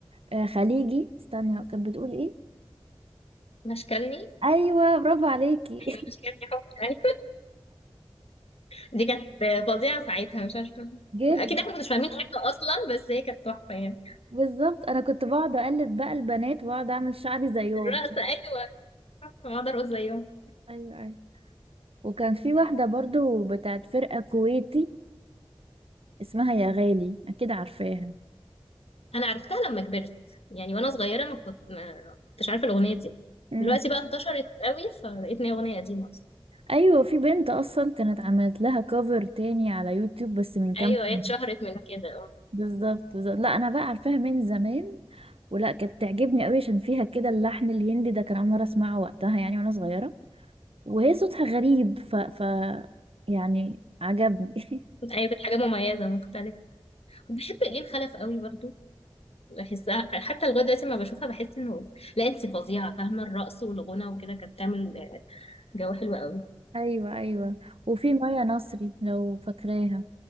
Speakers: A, on the right; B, on the left.
A: آه، خليجي استني كانت بتقول ايه
B: مشكلني
A: ايوه برافو عليكي
B: ايوه مشكلني حب أيوة. دي كانت فظيعه ساعتها مش عارفه
A: <laughs> جد
B: اكيد احنا كناش فاهمين حاجه اصلا بس هي كانت تحفه يعني
A: بالظبط انا كنت بقعد اقلد بقى البنات واقعد اعمل شعري زيهم
B: الرقص ايوه تحفه، ما اقدر اقول زيهم
A: ايوه ايوه وكان في واحدة برضو بتاعت فرقة كويتي اسمها يا غالي أكيد عارفاها
B: انا عرفتها لما كبرت يعني وانا صغيره ما كنت ما كنتش عارفه الاغنيه دي
A: امم
B: دلوقتي بقى انتشرت قوي فلقيت ان هي اغنيه قديمه اصلا
A: أيوة في بنت أصلا كانت عملت لها كفر تاني على يوتيوب بس من كام
B: ايوه
A: سنة.
B: هي اتشهرت من كده اه
A: بالظبط بالظبط. لا أنا بقى عارفاها من زمان ولا كانت تعجبني قوي عشان فيها كده اللحن الهندي ده كان أول مرة أسمعه وقتها يعني وأنا صغيرة وهي صوتها غريب ف, ف... يعني عجبني <laughs>
B: ايوه كانت حاجه مميزه مختلفه بحب ايه الخلف قوي برضو بحسها حتى لغايه دلوقتي لما بشوفها بحس انه لا انت فظيعه فاهمه الرقص والغنى وكده كانت بتعمل جو حلو قوي
A: أيوة أيوة وفي مايا نصري لو فاكراها